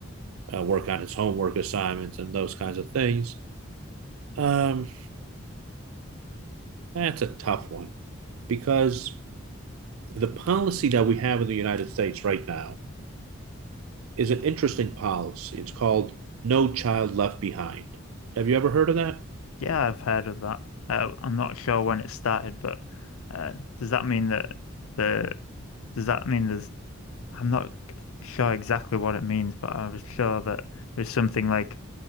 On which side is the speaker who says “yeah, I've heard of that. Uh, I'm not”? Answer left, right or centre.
Left